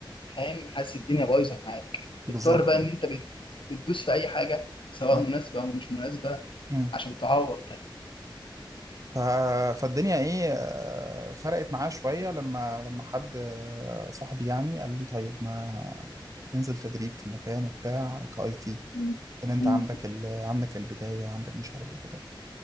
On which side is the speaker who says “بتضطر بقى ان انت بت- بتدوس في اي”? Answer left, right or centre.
Left